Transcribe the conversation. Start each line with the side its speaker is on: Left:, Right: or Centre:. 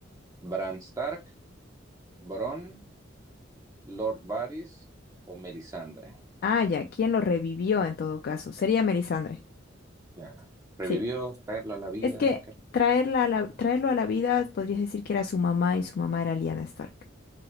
Right: Bran Stark, Bron, Lord Varys o Melisandre.
Left: Ah, ya, ¿quién lo revivió en todo caso? Sería Melisandre.
Right: Claro. Revivió,
Left: Sí.
Right: traerlo a la vida.
Left: Es que
Right: qué
Left: traerla a la- traerlo a la vida, podrías decir que era su mamá y su mamá era Lyanna Stark.